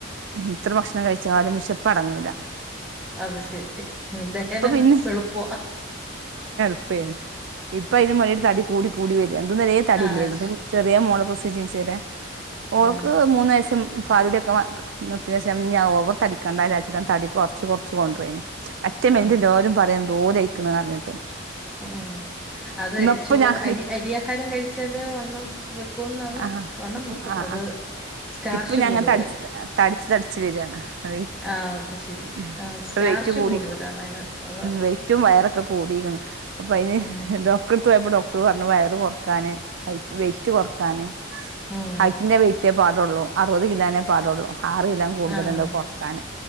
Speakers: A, on the right (about 65°); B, in the centre.
A: ഇത്ര ഭക്ഷണം കഴിച്ചാലും വിശപ്പടങ്ങൂല
B: അത് ശെരി ദഹനം
A: പിന്നെ
B: എളുപ്പവാ
A: <unintelligible> ഇപ്പൊ <unintelligible> കൂടി കൂടി വ ഇതുവരെ തടില്ലേന്നു
B: ആഹ് ശ്
A: ചെറിയ മോൾ പ്ര <unintelligible> ഓൾക്ക്
B: ആഹ്
A: മൂന്ന് വയസും പാലുടിയൊക്കെ നിർത്തിയ സമയം ഞാൻ ഓവർ തടിക്കണ്ടാരാച്ച്ട്ടാൻ തടി കുറച്ച് കുറച്ച് കൊണ്ടോയീനെ <unintelligible>
B: ആഹ്
A: തോലയിക്ക്ണ് പറഞ്ഞിട്ട്
B: ഉം അത്
A: ഇന്നപ്പം
B: ചോറ്
A: ഞാൻ
B: അരി അരിയാഹാരം കഴിച്ചാല് വണ്ണം വെക്കുംന്നാണ്
A: ആ
B: വണ്ണം വെക്കും
A: ആ
B: അത്
A: ആ
B: സ്റ്റാർച്ച്
A: ഇപ്പൊ ഞാങ്ങ
B: കൂടുതലല്ലേ
A: തടച്ച് തട്ച്ച് തട്ച്ച് വരാണ് അത് ഇപ്പ
B: ആഹ് അത് ശരി ആഹ് സ്റ്റാർച്ച്
A: വൈറ്റ് കൂടി
B: കൂടുതലാണ് അതിനകത്ത് അതാ
A: വൈറ്റും വയറൊക്കെ കൂ <unintelligible> അപ്പൊ അതിന്
B: ഉം
A: ഡോക്ടർ പോയപ്പോൾ ഡോക്ടർ പറഞ്ഞു വയറ്കുറക്കാൻ ഹൈറ്റ് വൈറ്റ് കുറ <unintelligible>
B: ഉം
A: ഹൈറ്റ്ന്റെ വൈറ്റേ പാടോള്ളു അറുപത് കലോനേ പാടുള്ളൂ ആറിലോകൂടുതല്ണ്ട്
B: ആഹ്
A: കൊറക്കാൻ